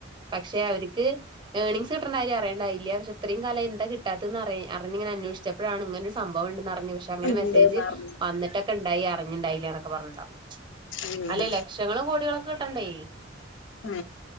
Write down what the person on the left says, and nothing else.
ഉണ്ട്ന്ന്
പറഞ്ഞു
ഉം
ഉം